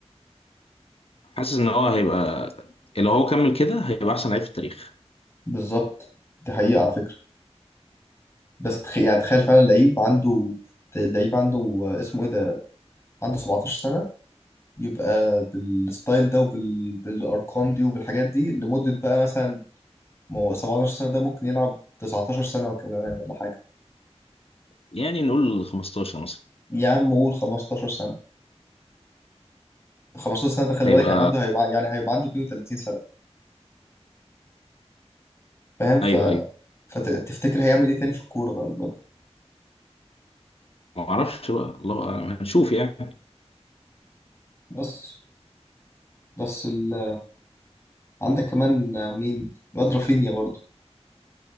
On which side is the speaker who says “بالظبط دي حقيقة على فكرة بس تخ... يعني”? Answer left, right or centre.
Left